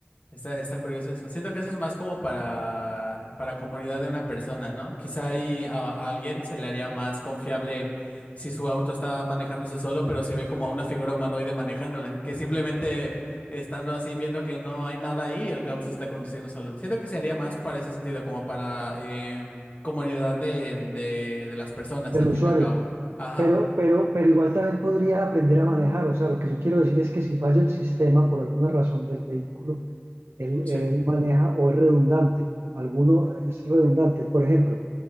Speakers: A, on the left; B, on the right.
A: Está, está curioso eso. Siento que eso es más como para, para comunidad de una persona, ¿no? Quizá ahí a, a alguien se le haría más confiable si su auto está manejándose solo, pero si ve como a una figura humanoide manejándola, que simplemente estando así viendo que no hay nada ahí, el auto se está conduciendo solo. Siento que se haría más para ese sentido, como para em, comunidad de, de, de las personas
B: el
A: al
B: usuario,
A: fin y al cabo. Ajá.
B: pero, pero, pero igual también podría aprender a manejar, o sea, lo que yo quiero decir es que si falla el sistema por alguna razón del vehículo, Él,
A: Sí,
B: él maneja o es redundante. Alguno es redundante. Por ejemplo,